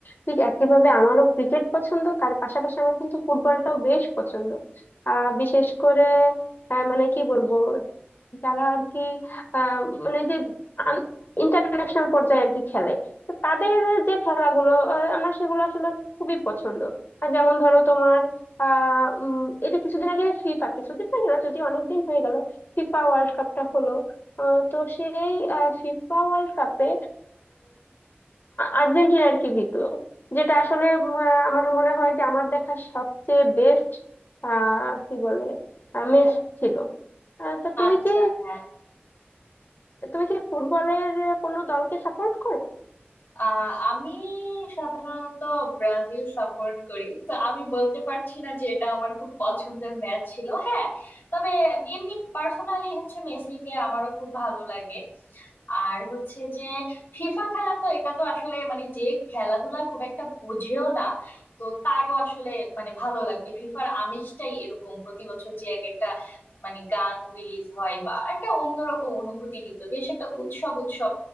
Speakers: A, on the left (about 55°); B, on the left (about 80°).
A: ঠিক একইভাবে আমারও ক্রিকেট পছন্দ তার পাশাপাশি আমার কিন্তু ফুটবলটাও বেশ পছন্দ আহ বিশেষ করে আহ, মানে কি বলবো যারা আর কি আহ মানে যে ইন্টারন্যাশনাল পর্যায়ে আর কি খেলে তো তাদের যে খেলাগুলো আহ, আমার সেগুলো আসলে খুবই পছন্দ আর যেমন ধরো তোমার আহ উম, এটা কিছুদিন আগে ফিফা কিছুদিন আগে না যদি অনেকদিন হয়ে গেল ফিফা ওয়ার্ল্ড কাপটা হলো আহ, তো সেই ফিফা ওয়ার্ল্ড কাপে আর্জেন্টিনা আর কি জিতলো যেটা আসলে উম, আহ, আমার মনে হয় যে আমার দেখা সবচেয়ে বেস্ট আহ কি বলে মেস ছিল আহ, তা তুমি
B: আচ্ছা
A: কি
B: হ্যাঁ
A: তুমি কি ফুটবলের কোনো দলকে সাপোর্ট করো
B: আহ, আমি সাধারণত ব্রাজিল সাপোর্ট করি তো আমি বলতে পারছি না যে এটা আমার খুব পছন্দের ম্যাচ ছিল হ্যাঁ তবে এমনি পার্সোনালি হচ্ছে মেসিকে আমারও খুব ভালো লাগে আর হচ্ছে যে ফিফা খেলা তো এটা তো আসলে মানে যে খেলাধুলা খুব একটা বুঝেও না তো তারও আসলে মানে ভালো লাগবে ফিফার আমেজটাই এরকম প্রতি বছর যে এক একটা মানে গান রিলিজ হয় বা একটা অন্যরকম অনুভূতি কিন্তু বেশ একটা উৎসব উৎসব